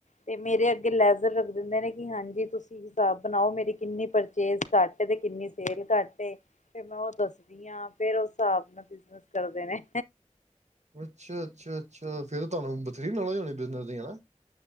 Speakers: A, on the left; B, on the right.
A: ਤੇ ਮੇਰੇ ਅੱਗੇ ਲੈਜ਼ਰ ਰੱਖ ਦਿੰਦੇ ਨੇ ਕਿ ਹਾਂਜੀ ਤੁਸੀਂ ਹਿਸਾਬ ਬਣਾਓ ਮੇਰੀ ਕਿੰਨੀ ਪਰਚੇਜ ਘੱਟ ਤੇ ਕਿੰਨੀ ਸੇਲ ਘੱਟ ਏ, ਫੇਰ ਮੈਂ ਓ ਦੱਸਦੀ ਆਂ, ਫੇਰ ਓ ਹਿਸਾਬ ਨਾਲ ਬਿਜਨਸ ਕਰਦੇ ਨੇ।
B: ਅੱਛਾ-ਅੱਛਾ-ਅੱਛਾ! ਫੇਰ ਤੋਨੁ ਬਥੇਰੀ ਨੌਲੇਜ ਹੋਣੀ ਬਿਜਨਸ ਦੀ, ਹਨਾ?